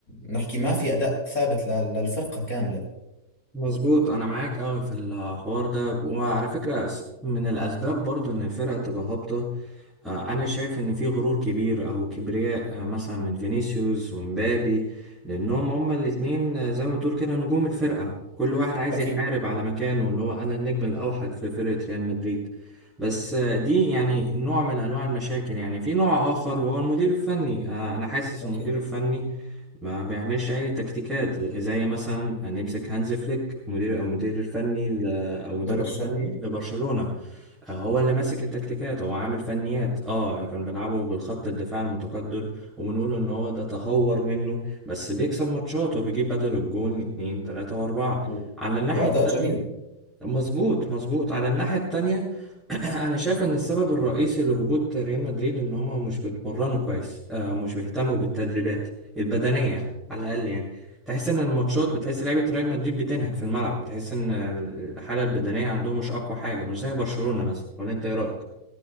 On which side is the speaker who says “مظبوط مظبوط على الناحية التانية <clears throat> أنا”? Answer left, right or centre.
Centre